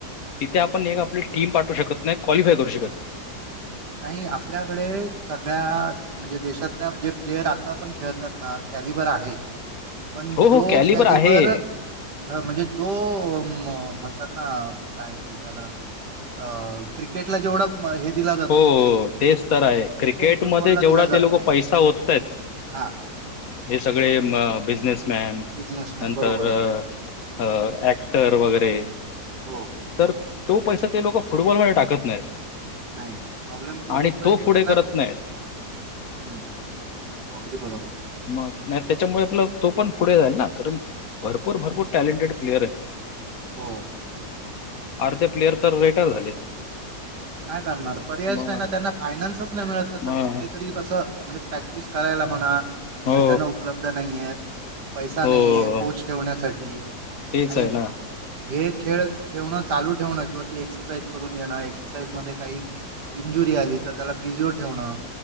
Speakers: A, on the left; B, on the right.
A: तिथे आपण एक आपली टीम पाठू शकत नाय क्वालिफाय करू शकत नाय.
B: नाही आपल्याकडे सगळ्या म्हणजे देशातल्या जे प्लेयर आता पण खेळतात ना कॅलिबर आहे. पण
A: हो
B: जो
A: हो
B: कॅलिबर
A: आहे.
B: म्हणजे जो म म्हणतात ना काय ते त्याला अ क्रिकेटला जेवढा हे दिला जा
A: हो तेच तर आहे क्रिकेटमध्ये
B: फुटबॉलला
A: जेवढा
B: दिला
A: ते
B: जात
A: लोक
B: नाही.
A: पैसा ओततायेत.
B: हां,
A: हे सगळे म अ बिझनेस मॅन
B: बिझनेसमन
A: नंतर
B: बरोबर आहे.
A: अ ऍक्टर वगैरे
B: हो,
A: तर तो पैसा ते लोक फुटबॉलमध्ये टाकत नाहीत.
B: नाही. प्रॉब्लेम तोच
A: आणि
B: होतोय
A: तो
B: की
A: पुढे
B: त्यांना
A: करत नाहीत
B: ह् अगदी बरोबर
A: मग नाय त्याच्यामुळे आपला तो पण पुढे जाईल ना कारण भरपूर भरपूर टॅलेंटेड प्लेअर आहेत.
B: हो.
A: अर्धे प्लेयर तर रिटायर झाले.
B: काय करणार पर्यायच
A: मग
B: नाय ना त्यांना फायनान्सच नाय मिळत
A: मग
B: तर ते तरी कसं म्हणजे प्रॅक्टिस करायला म्हणा
A: हो
B: मैदाानं उपलब्ध नाहीयेत. पैसा
A: हो
B: नाहीये कोच ठेवण्यासाठी
A: तेच
B: आणि
A: आहे ना
B: हे खेळ ठेवण चालू ठेवणं किंवा ती एक्सरसाईज करून घेणं एक्स एक्सरसाईझ मध्ये काही इंजुरी आली तर त्याला पी जी ओ ठेवण.